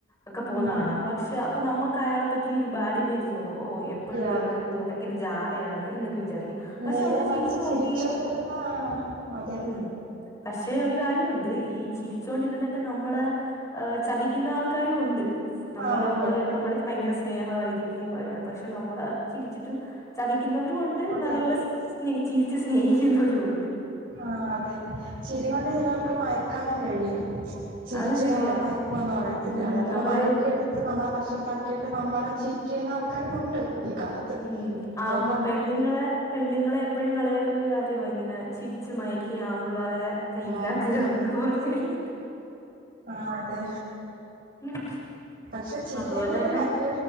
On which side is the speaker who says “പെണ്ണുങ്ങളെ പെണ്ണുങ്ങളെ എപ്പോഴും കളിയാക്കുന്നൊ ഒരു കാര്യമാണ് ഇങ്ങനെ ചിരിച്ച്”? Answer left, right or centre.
Left